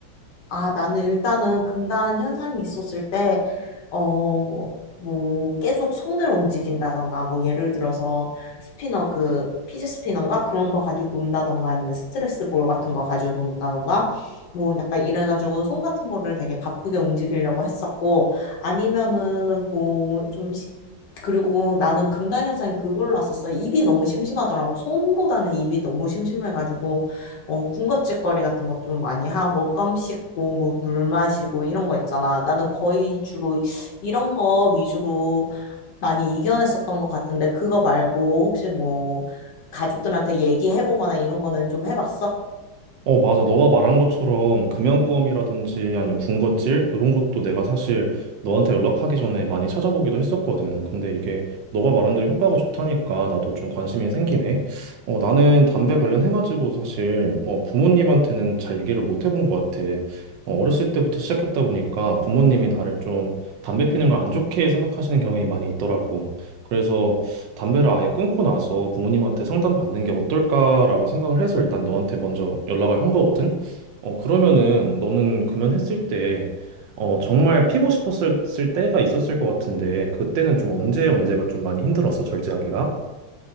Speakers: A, on the left; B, on the right.
A: 아, 나는 일단은 금단 현상이 있었을 때, 어, 뭐, 계속 손을 움직인다던가, 뭐, 예를 들어서 스피너, 그, 피지 스피너인가? 그런 거 가지고 논다던가, 아니면 스트레스 볼 같은 거 가지고 논다던가, 뭐, 약간 이래가지고 손 같은 거를 되게 바쁘게 움직이려고 했었고, 아니면은 뭐, 좀, 시- 그리고 나는 금단 현상이 그걸로 왔었어. 입이 너무 심심하더라고. 손보다는 입이 너무 심심해가지고. 어, 군것질거리 같은 것 좀 많이 하고, 껌 씹고, 뭐, 물 마시고, 이런 거 있잖아. 나는 거의 주로 이런 거 위주로 많이 이겨냈었던 것 같은데, 그거 말고, 혹시 뭐, 가족들한테 얘기해보거나 이런 거는 좀 해봤어?
B: 어, 맞아. 너가 말한 것처럼 금연검이라든지 아니면 군것질 이런 것도 내가 사실 너한테 연락하기 전에 많이 찾아보기도 했었거든. 근데 이게 너가 말한 대로 효과가 좋다니까 나도 좀 관심이 생기네. 어, 나는 담배 관련해가지고 사실 어, 부모님한테는 잘 얘기를 못 해본 것 같아. 어, 어렸을 때부터 시작했다 보니까 부모님이 나를 좀 담배 피는 걸 안 좋게 생각하시는 경향이 많이 있더라고. 그래서 담배를 아예 끊고 나서 부모님한테 상담받는 게 어떨까라고 생각을 해서 일단 너한테 먼저 연락을 한 거거든. 어, 그러면은 너는 금연했을 때, 어, 정말 피고 싶었을 때가 있었을 것 같은데, 그때는 좀 언제 언제가 좀 많이 힘들었어, 절제하기가?